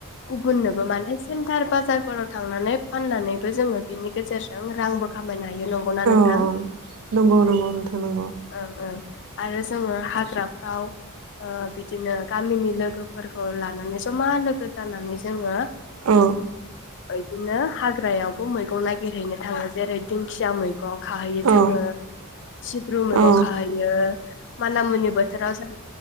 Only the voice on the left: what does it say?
गुबुननोबो माने सेन्थारबा बाजारफोराव थांनानै फाननानैबो जोङो बिनि गेजेरजों रांबो खामायनो हा हायो नंगौना
नोंथां औ
ओं ओं। आरो जोङो हाग्राफ्राव ओ बिदिनो गामिनि लोगोफोरखौ लानानै जमा लोगो जानानै जोङो
ओइदिनो हाग ग्रायावबो मैगं नागिरहैनो थाङो जेरै दिंखिया मै गं खाहैयो जोङो
सिब्रु मैगं
खाहैयो। माना मुनि बोथोराव जों